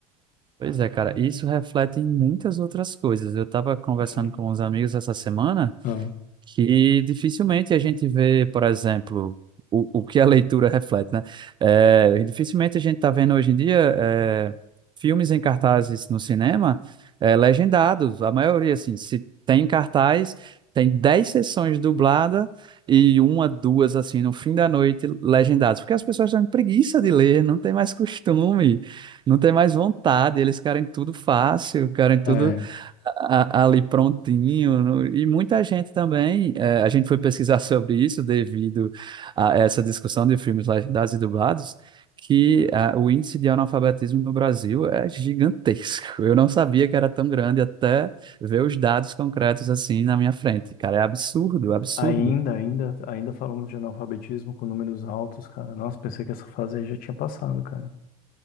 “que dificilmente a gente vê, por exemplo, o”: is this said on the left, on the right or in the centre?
Right